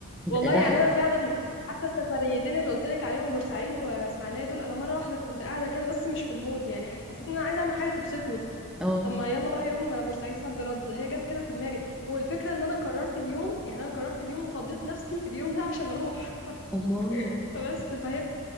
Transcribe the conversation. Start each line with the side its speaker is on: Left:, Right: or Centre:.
Centre: ده
Left: والله
Centre: ده
Left: يعني
Centre: حقيقي
Left: انا فعلا حتى السفريتين اللي قلت لك عليهم بورسعيد واسماعيليه دول انا مره واحده كنت قاعده كده بس مش في المود يعني حسيت ان انا عايزه اعمل حاجه تبسطني
Centre: اه
Left: طب ما يلا بقى يوم بورسعيد صد رد هي جت كده في دماغي والفكره ان انا قررت اليوم يعني انا قررت اليوم وفضيت نفسي في اليوم ده عشان اروح
Centre: الله
Left: <laughs> فبس فهي